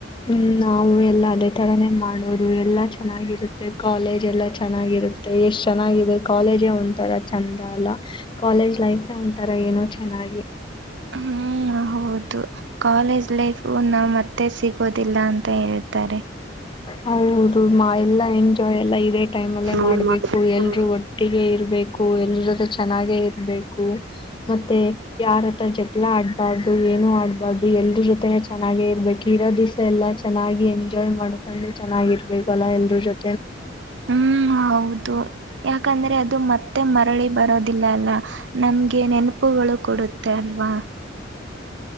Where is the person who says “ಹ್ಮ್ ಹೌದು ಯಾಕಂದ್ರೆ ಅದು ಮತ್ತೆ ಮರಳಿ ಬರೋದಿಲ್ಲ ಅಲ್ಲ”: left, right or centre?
Right